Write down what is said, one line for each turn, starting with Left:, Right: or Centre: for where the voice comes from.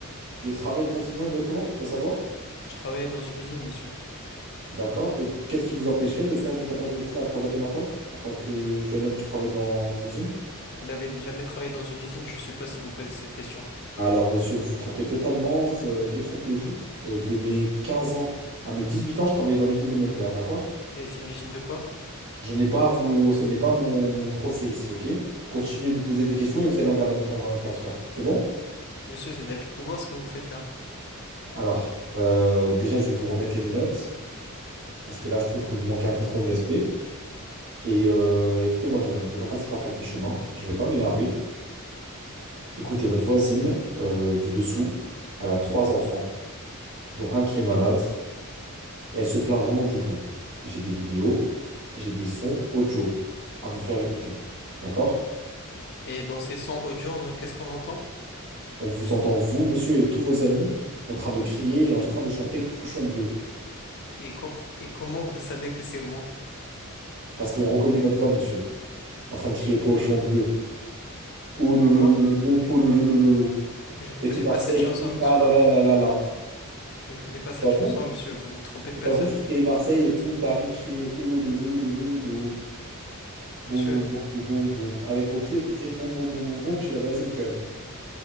Right: le travail fatigant exactement? Je peux savoir?
Left: Je travaille dans une usine, monsieur.
Right: D'accord? Et qu'est-ce qui vous empêcherait de faire du tapage nocturne à 3 heures du matin en tant que jeune homme qui travaille dans l'usine?
Left: Vous n'avez jamais travaillé dans une usine, je suppose, si vous me posez cette question.
Right: Alors, monsieur, vous vous trompez totalement. euh, détrompez-vous. Euh, de mes 15 ans à mes 18 ans, je travaillais dans l'usine de mon père. D'accord?
Left: Et c'est une usine de quoi?
Right: Je n'ai pas à vous, ce n'est pas mon, mon procès ici, ok? Continuez de me poser des questions et vous allez en garde à vue pendant 24 heures. C'est bon?
Left: Monsieur, c'est de l'abus de pouvoir ce que vous faites là.
Right: Alors, euh, déjà, je vais vous remettre les menottes parce que là, je trouve que vous manquez un peu trop de respect. Et euh, écoutez-moi, jeune homme, je ne vais pas passer par quatre mi-chemins. Je ne vais pas m'énerver. Écoutez, votre voisine euh, du dessous, elle a trois enfants, dont un qui est malade, et elle se plaint vraiment du bruit. J'ai des vidéos, j'ai des sons audio à vous faire écouter. D'accord?
Left: Et dans ces sons audio, on- qu'est-ce qu'on entend?
Right: On vous entend, vous, monsieur, et tous vos amis, en train de crier et en train de chanter Pochon bleu.
Left: Et, com- et comment vous savez que c'est moi?
Right: Parce qu'on reconnaît votre voix, monsieur. En train de crier Pochon bleu. Ouloulouloulou,
Left: Donc moi,
Right: pouloulouloulou.
Left: je ne
Right: Et
Left: connais
Right: tout Marseille
Left: pas cette chanson,
Right: crie
Left: monsieur.
Right: Ah là là là là là.
Left: Je ne connais pas
Right: C'est
Left: cette
Right: pas
Left: chanson,
Right: vous?
Left: monsieur. Vous vous trompez de
Right: C'est
Left: personne.
Right: pas vous qui criez Marseille et tout Paris crie Ouloulouloulou.
Left: Monsieur.
Right: Boum boum boum boum boum boum. Avec vos pieds, vous faisiez boum boum boum boum boum chez la voisine quand même.